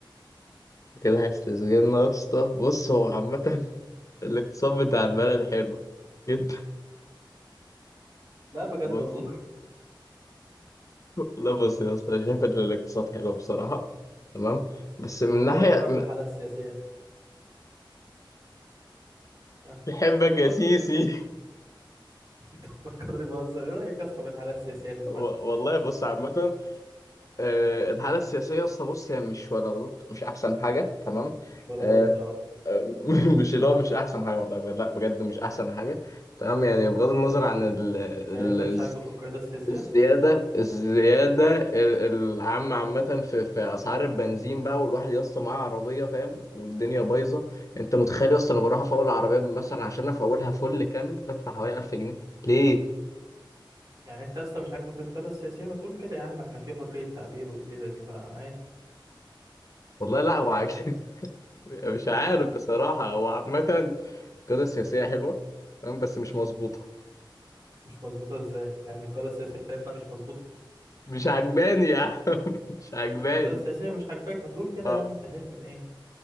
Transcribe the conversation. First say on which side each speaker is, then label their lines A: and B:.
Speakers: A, on the left; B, on the right.
A: كده هيستثمرنا يا اسطى بص هو عامة <laughs> الاقتصاد بتاع البلد حلو جدا
B: لا
A: <laughs>
B: بجد
A: بص
B: والله
A: لا بص يا اسطى أنا شايف ان الاقتصاد حلو بصراحة تمام بس
B: <laughs>
A: من
B: طب
A: ناحية
B: وايه رايك بقى في الحاله السياسيه ها؟
A: بحبك
B: ايه
A: يا
B: رايك
A: سيسي
B: انت مفكرني بهزر ايه رأيك اصلا في الحالة السياسية
A: <laughs>
B: للبلد
A: و- والله بص عامة آه، الحالة السياسية يا اسطى بص هي مش ولا ضد مش أحسن حاجة تمام
B: مش ولا
A: آه،
B: بد اه
A: آه، <laughs> مش اللي هو مش أحسن حاجة والله بجد، لا بجد مش أحسن حاجة تمام يعني بغض النظر عن ال
B: يعني انت مش عاجبك القيادة السياسية
A: الزيادة الزيادة ال- العامة عامة في في أسعار البنزين بقى والواحد يا اسطى معاه عربية فاهم والدنيا بايظة أنت متخيل يا اسطى أنا بروح أفول العربية مثلا عشان أفولها فل كامل بدفع حوالي 1000 جنيه ليه؟
B: يعني انت اصلا مش عاجبك القيادة السياسية ما تقول كده يا عم احنا في حرية تعبير والليلة دي فعادي
A: والله لا هو عاجب- <laughs> مش عارف بصراحة هو عامة القيادة السياسية حلوة تمام بس مش مظبوطة
B: مش مظبوطة ازاي يعني القيادة السياسية بتاعتنا مش مظبوطة
A: مش عجباني يا عم <laughs> مش عجباني
B: القيادة السياسية مش عاجباك ما تقول كده
A: أه
B: يا عم انت خايف من ايه